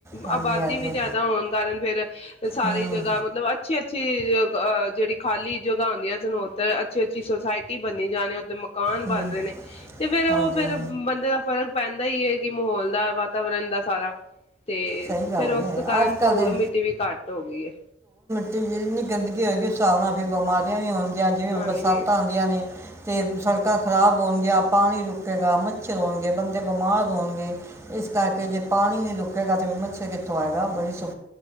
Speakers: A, on the right; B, on the left.
A: ਹਾਂਜੀ
B: ਆਬਾਦੀ
A: ਹਾਂਜੀ
B: ਵੀ ਜਿਆਦਾ ਹੋਣ ਕਾਰਨ ਫੇਰ ਸਾਰੀ
A: ਹੂੰ
B: ਜਗ੍ਹਾ ਮਤਲਬ ਅੱਛੀ ਅੱਛ ਅੱਛੀ, ਜਿਹੜੀ ਖਾਲੀ ਜਗ੍ਹਾ ਹੁੰਦੀਆਂ ਤੁਹਾਨੂੰ ਉੱਧਰ ਅੱਛੀ ਅੱਛੀ ਸੁਸਾਇਟੀ ਬਣੀ ਜਾਣੀ ਉੱਧਰ ਮਕਾਨ
A: ਹੂੰ
B: ਬਣ ਰਹੇ ਨੇ ਤੇ ਫੇਰ
A: ਹਾਂਜੀ
B: ਉਹ ਫੇਰ ਬੰਦੇ ਦਾ ਫਰਕ ਪੈਂਦਾ ਹੀ ਹੈ ਕੀ ਮਾਹੌਲ ਦਾ, ਵਾਤਾਵਰਨ ਦਾ ਸਾਰਾ ਤੇ
A: ਸਹੀ ਗੱਲ
B: ਫਿਰ ਉਸ
A: ਹੈ
B: ਕਾਰਨ
A: ਅੱਜ ਕੱਲ
B: ਧੂੜ,
A: ਦੇ
B: ਮਿੱਟੀ ਵੀ ਘੱਟ ਹੋ ਗਈ ਹੈ।
A: ਅਤੇ ਜਿੰਨੀ ਗੰਦਗੀ ਹੋਏਗੀ, ਉਸ ਹਿਸਾਬ ਨਾਲ ਫਿਰ ਬਿਮਾਰੀਆਂ ਵੀ ਹੋਣਗੀ ਜਾਂ ਜਿਵੇਂ ਹੁਣ
B: ਹਾਂਜੀ-ਹਾਂਜੀ
A: ਬਰਸਾਤਾਂ ਆਉਂਦੀਆਂ ਨੇ ਅਤੇ ਸੜਕਾਂ ਖ਼ਰਾਬ ਹੋਣਗੀਆਂ, ਪਾਣੀ ਰੁਕੇਗਾ, ਮੱਛਰ ਹੋਣਗੇ, ਬੰਦੇ ਬਿਮਾਰ ਹੋਣਗੇ। ਇਸ ਕਰਕੇ ਜੇ ਪਾਣੀ ਨੀ ਰੁਕ ਮੱਛਰ ਕਿੱਥੋ ਆਏਗਾ ਬੜੀ ਸੁ